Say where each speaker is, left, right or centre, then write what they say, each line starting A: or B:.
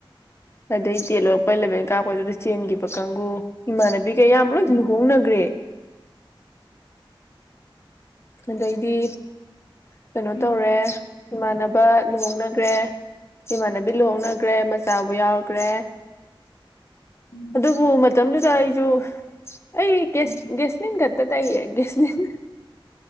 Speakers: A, on the left; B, on the left.
A: ꯑꯗꯩ ꯇꯦꯟ ꯂꯣꯏꯔꯛꯄ ꯏꯂꯦꯚꯦꯟ ꯀꯥꯔꯛꯄꯗꯨꯗ ꯆꯦꯟꯒꯤꯕ ꯀꯥꯡꯒꯨ ꯏꯃꯥꯟꯅꯕꯤꯒꯩ ꯑꯌꯥꯝꯕ ꯂꯣꯏ ꯂꯨꯍꯣꯡꯅꯒ꯭ꯔꯦ
B: <inaudible>
A: ꯑꯗꯩꯗꯤ ꯀꯩꯅꯣ
B: ꯎꯝ
A: ꯇꯧꯔꯦ
B: ꯎꯝ
A: ꯏꯃꯥꯟꯅꯕ ꯂꯨꯍꯣꯡꯅꯒ꯭ꯔꯦ ꯏꯃꯥꯟꯅꯕꯤ ꯂꯨꯍꯣꯡꯅꯒ꯭ꯔꯦ ꯃꯆꯥꯕꯧ ꯌꯥꯎꯒ꯭ꯔꯦ
B: ꯎꯝ
A: ꯑꯗꯨꯕꯨ ꯃꯇꯝꯗꯨꯗ ꯑꯩꯖꯨ ꯑꯩ ꯒꯦꯁ
B: ꯎꯝ
A: ꯒꯦꯁꯂꯤꯟꯒ ꯇ ꯇꯩꯌꯦ ꯒꯦꯁꯂꯤꯟ